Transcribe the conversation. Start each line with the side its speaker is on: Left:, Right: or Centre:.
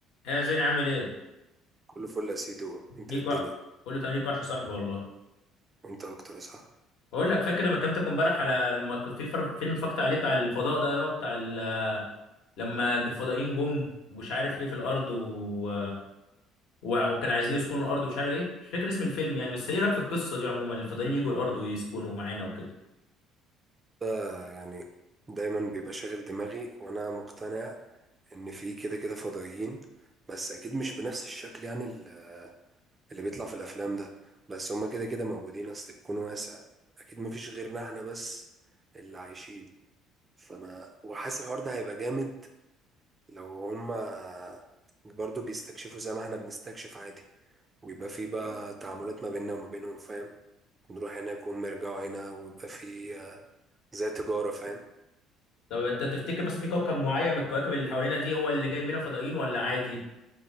Left: ايه يا زين عامل ايه؟
Right: كله فل يا سيدو انت
Left: ليك
Right: ايه الدنيا
Left: وح... كله تمام ليك وحش يا صاحبي والله
Right: وانت اكتر يا صاحبي
Left: بقول لك فاكر لما كلمتك امبارح على لما كنت في فر- فيلم اتفرجت عليه بتاع الفضاء ده يا بتاع ال... لما الفضائيين جم ومش عارف ايه في الارض و... و... وكان عايزين يسكنوا الارض ومش عارف ايه مش فاكر اسم الفيلم يعني بس ايه رايك في القصه دي عموما الفضائيين يجوا الارض ويسكنوا معانا وكده
Right: ده يعني دايما بيبقى شاغل دماغي وانا مقتنع ان في كده كده فضائيين بس اكيد مش بنفس الشكل يعني ال- اللي بيطلع في الافلام ده بس هما كده كده موجودين اصل الكون واسع اكيد مفيش غيرنا احنا بس اللي عايشين فانا وحاسس الحوار ده هيبقى جامد لو هما برضو بيستكشفوا زي ما احنا بنستكشف عادي ويبقى في بقى تعاملات ما بيننا وما بينهم فاهم نروح هناك وهم يرجعوا هنا ويبقى في آه، زي تجارة فاهم
Left: طب انت تفتكر مثلا في كوكب معين من الكواكب اللي حوالينا دي هو اللي جاي منه فضائيين ولا عادي؟